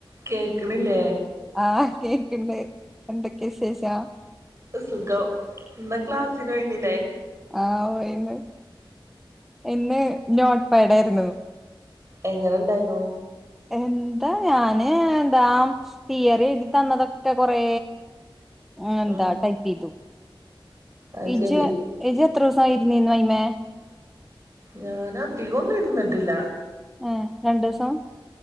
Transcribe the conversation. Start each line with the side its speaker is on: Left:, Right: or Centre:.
Right: കേക്കണില്ലേ
Centre: ആഹ് കേക്കുണ്ട് എന്തൊക്കെയ വിശേഷം
Right: സുഖം ഇന്ന് ക്ലാസിന് വുന്നില്ലേ
Centre: ആഹ് പോയിന്ന് ഇന്ന് നോട്ടപ്പടായിരുന്നു
Right: എങ്ങനെ ഇണ്ടായിനോ
Centre: എന്താ ഞാന് എന്താ തിയറി എഴുതി തന്നതൊക്കെ കൊറെ ആ എന്താ
Right: ഉം
Centre: ടൈപ്പ ഇ
Right: അത്
Centre: ഇജ
Right: ശരി
Centre: ജ എത്ര ദിവസമായിരുന്നീന്ന് അൈ്മേ
Right: ഞൻ അധികംന്നും ഇരുന്നിട്ടില്ല
Centre: ആ രണ്ടു ദിവസം